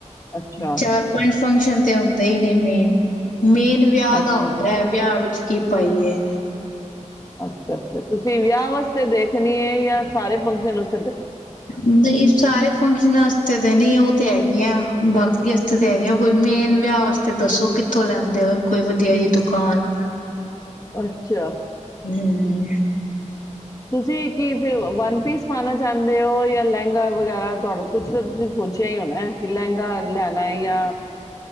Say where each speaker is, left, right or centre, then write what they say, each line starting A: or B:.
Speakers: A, on the left; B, on the left.
A: ਅੱਛਾ
B: ਚਾਰ ਪੰਜ ਫੰਕਸ਼ਨ <unintelligible> ਏਹੀ ਨੇ ਮੇਨ ਮੇਨ ਵਿਆਹ
A: ਅੱਛਾ
B: ਦਾ ਹੁੰਦਾ
A: ਅੱਛਾ
B: ਹੈ ਵਿਆਹ ਵਿੱਚ ਕੀ ਪਾਈਏ।
A: ਅੱ ਅੱਛਾ ਅੱਛਾ ਤੁਸੀਂ ਵਿਆਹ ਵਾਸਤੇ ਦੇਖ <unintelligible> ਸਾਰੇ ਫੰਕਸ਼ਨ ਉਸ
B: ਨਹੀਂ ਸਾਰੇ ਫੰਕਸ਼ਨਾਂਆਸਤੇ ਤੇ ਨੀ ਉਹ ਤੇ ਹੈਗੀਆਂ। ਬਾਕੀ ਆਸਤੇ ਤਾਂ ਹੈਗੀਆ ਕੋਈ ਮੇਨ ਵਿਆਹ ਵਾਸਤੇ ਦੱਸੋ ਕਿ ਕਿੱਥੋਂ ਲੈਂਦੇ ਹੋ ਕੋਈ ਵਧੀਆ ਜਿਹੀ ਦੁਕਾਨ।
A: ਅੱਛਾ।
B: ਹਮ।
A: ਤੁਸੀਂ ਕੀ ਫਿਰ ਵਨ ਪੀਸ ਪਾਉਣਾ ਚਾਹੁੰਦੇ ਹੋ ਜਾਂ ਲਹਿੰਗਾ ਵਗੈਰਾ ਤੁਹਾਨੂੰ ਕੁਛ ਸੋਚੀਆ ਹੀ ਹੋਣਾ ਕਿ ਲਹਿੰਗਾ ਲੈਣਾ ਹੈ ਯਾ